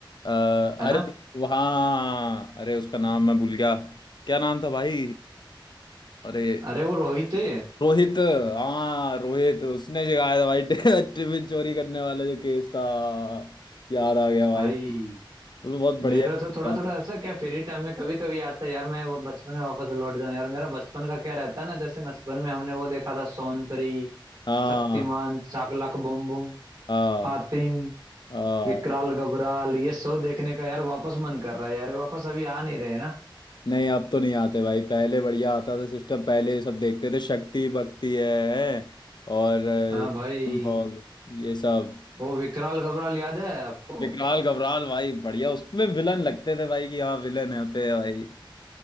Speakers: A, on the left (about 60°); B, on the right (about 50°).
A: अ,
B: है
A: अरे
B: ना
A: हाँ अरे उसका नाम मैं भूल गया क्या नाम था भाई अरे
B: अरे वो रोहित है
A: रोहित हाँ रोहित उसने सिखाया था भाई <laughs> टिफिन चोरी करने वाला जो केस था याद आ गया भाई
B: भाई
A: तुम बहुत बढ़िया
B: मेरा तो थोड़ा
A: याद
B: थोड़ा
A: है।
B: ऐसा क्या फ्री टाइम में कभी कभी आता है यार मैं वो बचपन में वापस लौट जाऊं यार मेरा बचपन का क्या रहता है ना जैसे बचपन में हमने वो देखा था सोनपरी
A: हाँ
B: शक्तिमान शाकलाक बूम बूम
A: हाँ
B: हातिम
A: हाँ
B: विकराल गबराल ये शो देखने का यार वापस मन कर रहा है यार ये वापस अभी आ नहीं रहे हैं ना
A: नहीं अब तो नहीं आते भाई पहले बढ़िया आता था सिस्टम पहले सब देखते थे शक्ति भक्ति है, है? और अ,
B: हाँ भाई
A: Bulldog, ये सब
B: वो विकराल गबराल याद है आपको
A: विकराल घबराल भाई बढ़िया उसमें विलन लगते थे भाई कि हाँ विलन होते हैं भाई